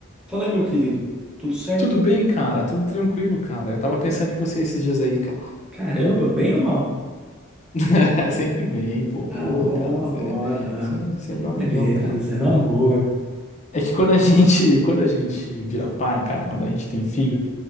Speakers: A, in the centre; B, on the left.
A: Fala aí, meu querido. Tudo certo?
B: Tudo bem, cara? Tudo tranquilo, cara. Eu tava pensando em você esses dias aí, cara.
A: Caramba, bem ou mal?
B: <laughs> Sempre bem, pô, pô,
A: Ah, Bom. bom,
B: cara,
A: ah,
B: você
A: bom, ah,
B: você você é meu amigão,
A: beleza,
B: cara.
A: no amor.
B: É que quando a gente, quando a gente vira pai, cara, quando a gente tem filho,